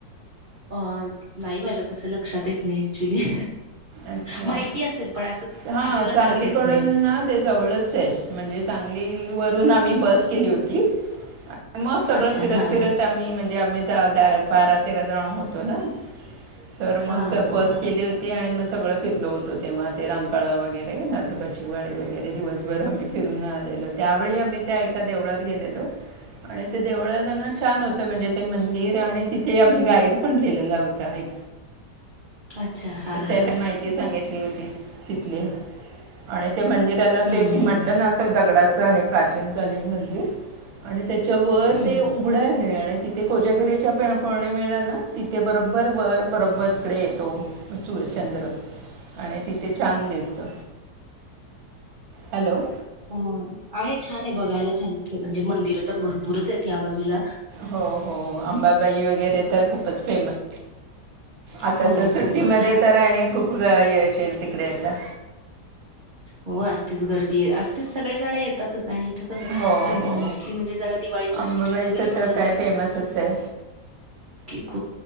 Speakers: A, on the right (about 80°); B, on the right (about 60°).
A: अं नाहीं माझ्यां तसं लक्षांत येतं नाहीं ऍक्च्युंली
B: अच्छा
A: माहिती असेल पणं असं
B: हां
A: असं लक्षांत
B: सांगलीकडून
A: येतं नाहीये.
B: ना ते जवळचं आहे म्हणजे सांगली वरूंन आम्हीं बसं केली होती मगं सगळं
A: अच्छा
B: फिरतं
A: हा
B: फिरतं
A: हा
B: आम्हीं म्हणजे आम्हीं दहा दहा बारा तेरा जणं होतो नां तर
A: हा
B: मग
A: हा
B: बस
A: हा
B: गेली होती आणि मस् सगळं फिरलो होतो तेव्हा ते रंकाळा वगैरे, नरसोबाची वाडी वगैरे दिवसभर आम्ही फिरून आलेलो त्यावेळी आम्ही त्या एका देवळात गेलेलो.
A: ह
B: आणि ते देवळाला ना छान होतं म्हणजे ते मंदिर आणि तिथे आम्ही गाईड पण केलेला होता एक.
A: अच्छा हा
B: तर
A: हा
B: त्यानं
A: हा
B: माहिती सांगितली होती तिथली आणि ते मंदिर त्याला
A: हम्म
B: ते मी
A: हम्म
B: म्हटलं ना तो दगडाचं आहे प्राचीनकालीन मंदिर. आणि त्याच्यावर
A: हम्म
B: ते
A: हम्म
B: उघडा आहे आणि ति ते कोजागिरीच्या पौर्णिमेला ना तिथे बरोबर वर बरोबर तिकडे येतो. सूर्य, चंद्र आणि तिथे छान दिसतं. हॅलो
A: हा आहे छान आहे बघायला छान आहे म्हणजे मंदिरं तर भरपूरच आहेत या बाजूला.
B: हो हो अंबाबाई वगैरे तर खूपच फेमस आता
A: हो
B: तर सुट्टीमध्ये
A: खूपच
B: तर आणि खूप हे येशील तिकडे आता.
A: हो असतेच गर्दी असतेच सगळे जण येतातच आणि इथं कसं
B: हो
A: इथं
B: हो
A: मोस्टली म्हणजे जरा दिवाळीच्या
B: अंबाबाईचं
A: सुट्टीत वगैरे म्हणलं
B: तर काय
A: ना
B: फेमसच आहे
A: कि खूप